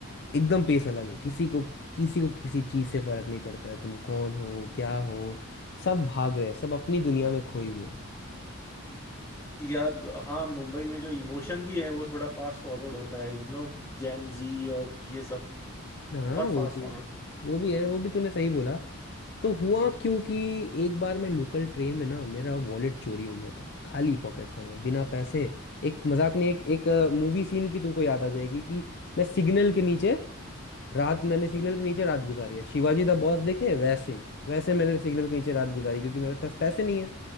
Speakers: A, on the left; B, on the left.
A: एकदम पेस अलग है किसी को किसी को किसी चीज से फर्क नहीं पड़ता है तुम कौन हो क्या हो सब भाग रहे हैं सब अपनी दुनिया में खोए हुए हैं
B: यार हाँ मुंबई में जो इमोशन भी है वो थोड़ा फास्ट फॉरवर्ड होता है यू नो जैन जी और ये सब
A: हाँ
B: बहुत
A: वो
B: फास्ट
A: भी
B: फॉरवर्ड
A: है वो भी है वो भी तूने सही बोला तो हुआ क्योंकि एक बार मैं लोकल ट्रेन में ना मेरा वॉलेट चोरी हो गया था खाली पॉकेट था मैं बिना पैसे एक मजाक नहीं एक एक मूवी सीन की तुमको याद आ जाएगी कि मैं सिग्नल के नीचे रात मैंने सिग्नल के नीचे रात गुजारी है शिवाजी द बॉस देखे वैसे वैसे मैंने सिग्नल के नीचे रात गुजारी क्योंकि मेरे पास पैसे नहीं है